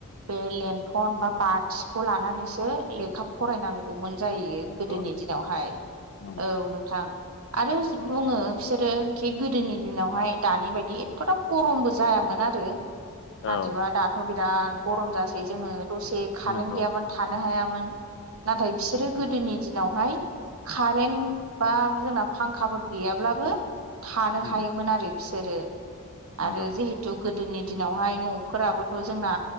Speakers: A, on the right (about 85°); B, on the left (about 60°).
A: बे लेन्थन बा बाथिखौ लानानैसो लेखा फरायनांगौमोन। जायो
B: नंगौ
A: गोदोनि
B: नोंथां
A: दिनावहाय
B: उम
A: औ नोंथां आरो बुंङो बिसोरो खि गोदोनि दिनावहाय दानि बायदि एथ'दाम गरमबो जायामोन आरो नाथाइबा
B: औ
A: दाथ' बिराद खम जासै जोंङो दसे कारेन्त
B: नंगौ
A: गैयाबानो थानो हायामोन। नाथाय बिसोरो
B: नंगौ
A: गोदोनि दिनावहाय कारेन्ट बा जोंना फांखाफोर गैयाब्लाबो थानो
B: उम
A: हायोमोन आरो बिसोरो आरो
B: नंगौ
A: जिहेथु गोदोनि दिनावहाय न'फोराबोथ' जोंना